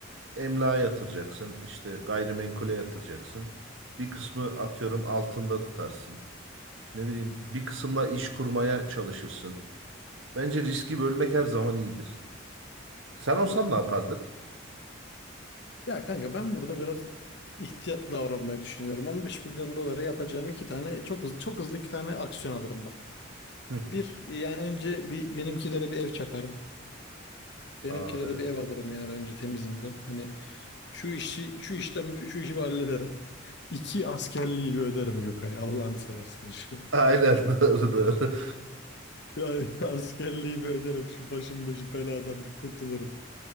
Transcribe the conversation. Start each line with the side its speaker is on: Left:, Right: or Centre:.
Right: emlağa yatıracaksın. işte gayrimenkule yatıracaksın. Bir kısmı atıyorum altında tutarsın. Ne bileyim bir kısımla iş kurmaya çalışırsın. Bence riski bölmek her zaman iyidir. Sen olsan ne yapardın?
Left: Ya kanka ben burada biraz ihtiyatlı davranmayı düşünüyorum. 15 milyon dolara yapacağım iki tane çok hızlı çok hızlı iki tane aksiyon alırım bak.
Right: Hı.
Left: Bir yani önce bir benimkilere bir ev çakarım. Benimkilere
Right: Aa evet.
Left: bir ev alırım yani önce temizinden. Hani şu işi şu işten şu işi bir hallederim. <laughs> İki askerliği bir öderim Gökay. Allah'ını seversen şu.
Right: Aynen
Left: <laughs>
Right: <laughs> doğru doğru.
Left: Ya, askerliği bir öderim şu başımda şu beladan bir kurtulurum.